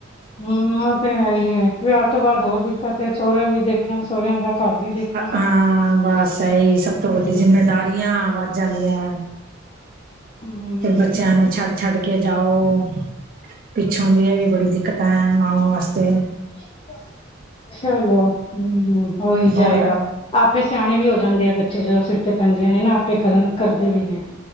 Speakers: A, on the left; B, on the right.
A: ਹੂੰ, ਉਹ ਤੇ ਹੈ ਹੀ ਐ, ਵਿਆਹ ਤੋਂ ਬਾਅਦ ਹੋਰ ਦਿੱਕਤ ਐ, ਸੋਹਰਿਆਂ ਵੀ ਦੇਖਣਾ ਸੋਹੁਰਿਆਂ ਦਾ ਘਰ ਵੀ ਦੇਖਣਾ
B: ਹਾਂ, ਬਸ ਇਹੀ ਸਭ
A: ਹਮ,
B: ਤੋਂ ਵੱਡੀ ਜਿੰਮੇਦਾਰੀਆ ਵੱਧ ਜਾਦੀਆਂ।
A: ਹਮ,
B: ਫਿਰ ਬੱਚਿਆਂ ਨੂੰ ਛੱਡ-ਛੱਡ ਕੇ ਜਾਓ, ਪਿੱਛੋਂ ਦੀ ਐ ਵੀ ਬੜੀ ਦਿੱਕਤ। ਹੈ, ਮਾਵਾ ਵਾਸਤੇ,
A: ਹ <unintelligible> ਚਲੋ ਹੂੰ ਉਹੀ ਜਾਏਗਾ,
B: ਹੋਰ
A: ਆਪੇ ਸਿਆਣੇ ਵੀ ਹੋ ਜਾਂਦੇ ਆ, ਬ ਜਦੋਂ ਸਿਰ ਤੇ ਪੈਂਦੀਆਂ ਨੇ ਨਾ, ਆਪੇ ਕਰਨ ਕਰਦੇ ਵੀ ਨੇ।